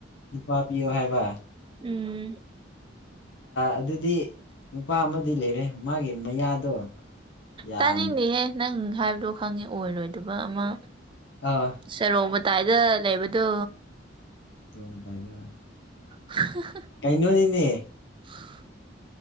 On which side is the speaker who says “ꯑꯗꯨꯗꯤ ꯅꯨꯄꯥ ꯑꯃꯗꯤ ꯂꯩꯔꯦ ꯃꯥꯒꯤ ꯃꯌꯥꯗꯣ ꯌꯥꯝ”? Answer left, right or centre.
Left